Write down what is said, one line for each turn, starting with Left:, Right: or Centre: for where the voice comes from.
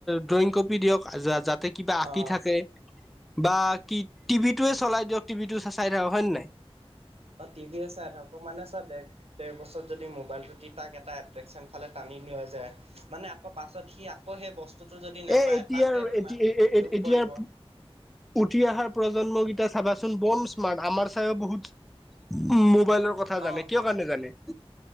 Centre: ড্ৰয়িং কপি দিয়ক যাতে কিবা আঁকি
Right: অ
Centre: থাকে। বা কি টিভিটোৱে চলাই দিয়ক। টিভিটো চাই থাকক হয় নে নাই?
Right: অ' টিভিও চাই অকমানে চোৱা দে। দেৰ বছৰত যদি মোবাইলটো দি তাক এটা এট্ৰেকশচন ফালে টানি লিয়া যায় মানে আকৌ পাছত সি আকৌ সেই বস্তুটো যদি নেপায়
Centre: এ এতিয়াৰ
Right: তাকে ইমান দুখ
Centre: এতিয়াৰ
Right: কৰিব।
Centre: উঠি অহাৰ প্ৰজন্মকেইটা চাবাচোন বম স্মাৰ্ট আমাৰ চাইও বহুত উ' মোবাইলৰ কথা জানে।
Right: অ
Centre: কিযহৰ কাৰণে জানে?